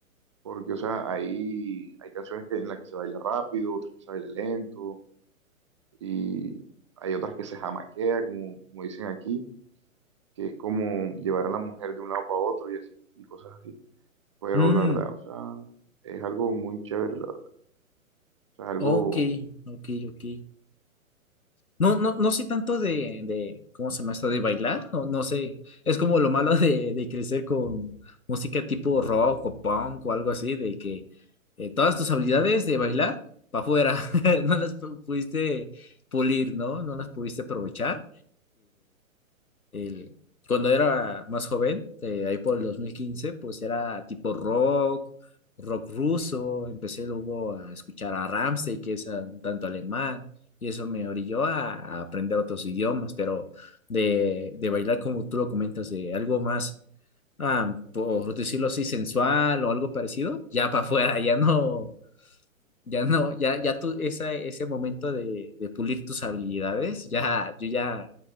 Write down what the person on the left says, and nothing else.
Mm,
ok, ok, ok. No, no, no sé tanto de, de, ¿cómo se llama esto? De bailar, no, no sé. Es como lo malo de, de crecer con música tipo rock o punk o algo así, de que eh, todas tus habilidades de bailar para afuera, <laughs> no las pu- pudiste pulir, ¿no? No las pudiste aprovechar. el- cuando era más joven, eh, ahí por el 2015 pues era tipo rock, rock ruso, empecé luego a escuchar a Rammstein, que es ah, un tanto alemán, y eso me orilló a, a aprender otros idiomas, pero de, de bailar como tú lo comentas, de algo más, ah, por decirlo así, sensual o algo parecido, ya para afuera, ya no ya no, ya, ya tú, esa, ese momento de, de pulir tus habilidades, ya, yo ya,